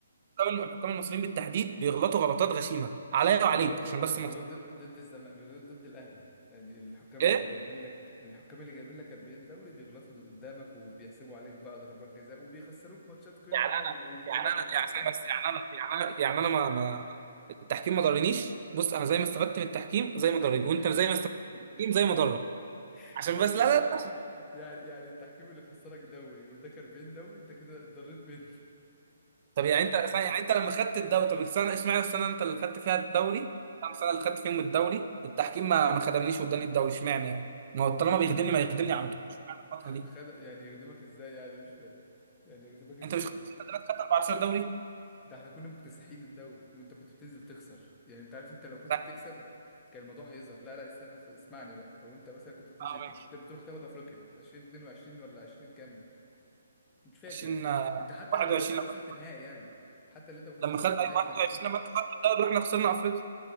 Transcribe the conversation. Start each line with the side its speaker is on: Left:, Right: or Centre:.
Right: طبعاً الحكام المصريين بالتحديد بيغلطوا غلطات غشيمه عليا وعليك
Left: بيغلطوا
Right: عشان بس ما
Left: بيغلطوا
Right: ت-
Left: ضد ضد الزمالك بيغلطوا ضد الاهلي يعني الحكام
Right: ايه
Left: اللي جايبين لك الحكام اللي جايبين لك 40 دوري بيغلطوا قدامك وبيحسبوا عليك بقى ضربات جزاء وبيخسروك ماتشات قمة
Right: يعني انا
Left: و- وبطولات
Right: يعني انا
Left: وكده
Right: يعني
Left: صح؟
Right: أنا- بس يعني انا يعني انا يعني انا ما ما التحكيم ما ضرنيش بص انا زي ما استفدت من التحكيم زي ما ضرني
Left: حكي...
Right: وانت زي ما استفدت من
Left: <laughs>
Right: التحكيم زي ما ضرك عشان
Left: يعني
Right: بس لا لا
Left: يعني
Right: لا عشان
Left: يعني يعني التحكيم اللي خسرك دوري واداك 40 دوري انت كده اتضريت منه
Right: طب يعني انت يعني انت لما خدت الدوري طب السنه اشمعنى السنه انت اللي خدت فيها الدوري كام سنه اللي خدت فيهم الدوري التحكيم ما ما خدمنيش واداني الدوري اشمعنى يعني ما هو طالما بيخدمني
Left: <laughs> يعني
Right: ما يخدمني على طول اشمعنى الفتره
Left: خ-
Right: دي
Left: خد يعني يخدمك ازاي يعني مش فاهم يعني يخدمك ازاي
Right: انت مش خدت ستة دوريات خدت 14 دوري
Left: ده احنا كنا مكتسحين الدوري وانت كنت بتنزل تخسر يعني انت عارف انت لو كنت
Right: لا
Left: بتكسب كان الموضوع هيظهر لا لا استنى ف- اسمعني بقى لو انت مثلا كنت بتنزل
Right: اه
Left: كنت
Right: ماشي
Left: بتروح تاخد افريقيا 2022 ولا 20 كام مش فاكر
Right: 20 آه،
Left: انت حتى
Right: 21
Left: اللي ما خدتهاش
Right: لما
Left: وصلت
Right: خدت
Left: نهائي يعني حتى اللي انت ما خدتهاش
Right: الدوري. لما
Left: وصلت
Right: خدت اي
Left: نهائي
Right: 21
Left: فانت كنت
Right: لما انت خدت الدوري واحنا خسرنا افريقيا